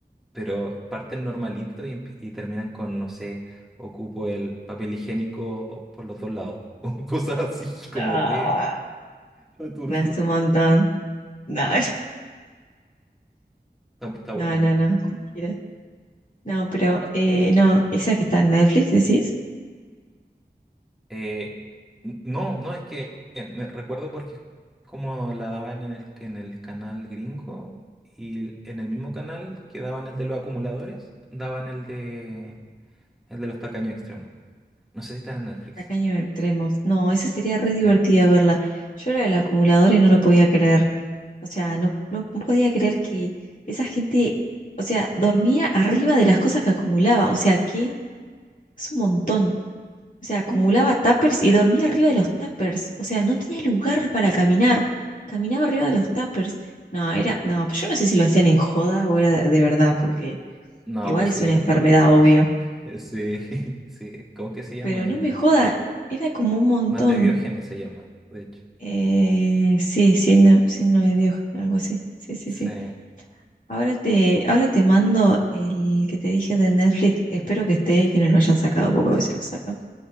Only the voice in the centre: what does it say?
pero parten normalito y, empie- y terminan con, no sé, ocupo el papel higiénico por los dos lados, <laughs> o cosas así como
re... Re turbio.
Está, está
bueno.
Eh, n- no, no, es que eh, me recuerdo porque es como la daban en el, en el canal gringo y en el mismo canal que daban el de los acumuladores, daban el de, el de los tacaños extremos. No sé si está en Netflix.
Sí.
<laughs>
No,
pues
sí,
es
un problema
eso. <laughs> Sí, <laughs> sí. ¿Cómo que se llama?
El
mal de Diógenes se llama, de hecho.
Sí,